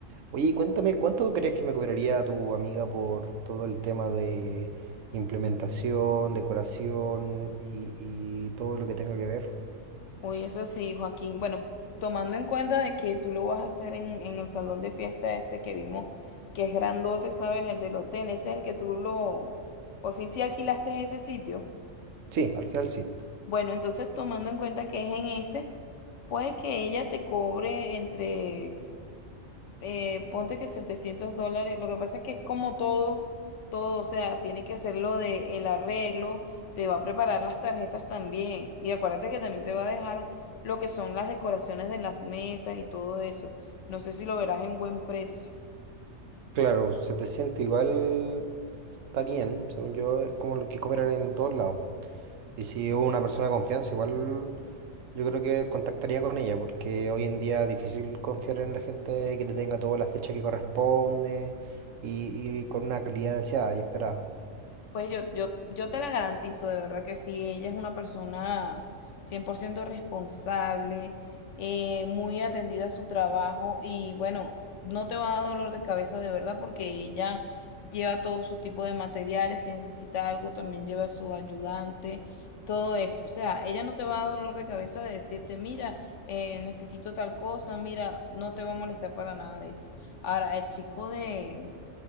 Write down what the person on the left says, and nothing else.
Uy, eso sí, Joaquín. Bueno, tomando en cuenta de que tú lo vas a hacer en, en el salón de fiesta este que vimos, que es grandote, ¿sabes? El del hotel, ese es el que tú lo... Por fin sí alquilaste ese sitio.
Bueno, entonces tomando en cuenta que es en ese, puede que ella te cobre entre eh, ponte que 700 dólares, lo que pasa es que es como todo, todo, o sea, tiene que hacerlo de el arreglo, te va a preparar las tarjetas también, y acuérdate que también te va a dejar lo que son las decoraciones de las mesas y todo eso, no sé si lo verás en buen precio.
Pues yo, yo, yo te la garantizo, de verdad que sí, ella es una persona 100% responsable, eh, muy atendida a su trabajo y bueno, no te va a dar dolor de cabeza de verdad porque ella lleva todos sus tipos de materiales, si necesita algo también lleva a su ayudante, todo esto. O sea, ella no te va a dar dolor de cabeza de decirte, mira, eh, necesito tal cosa, mira, no te va a molestar para nada de eso. Ahora, el chico de